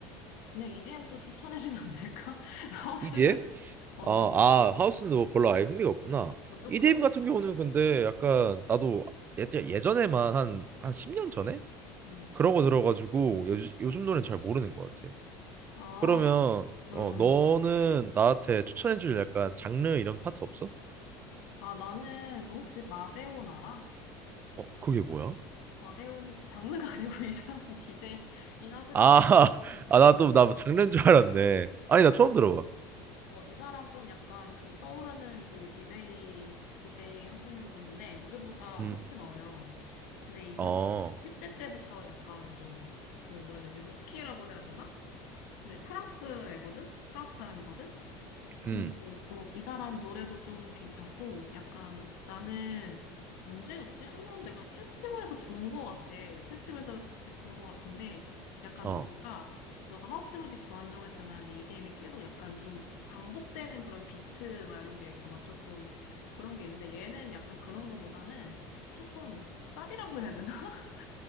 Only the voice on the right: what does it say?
EDM?
아,
아 하우스는 너 별로 아예 흥미가 없구나.
EDM 같은 경우는 근데 약간 나도 예- 예전에만 한 한 10년 전에
그런 거 들어가지고 요, 요즘 노래는 잘 모르는 것 같아.
그러면
어 너는 나한테 추천해줄 약간 장르 이런 파트 없어?
어, 그게 뭐야?
아, <laughs> 아, 나 또, 나뭐 장르인 줄 알았네. 아니, 나 처음 들어봐.
음,
어,
음,
어,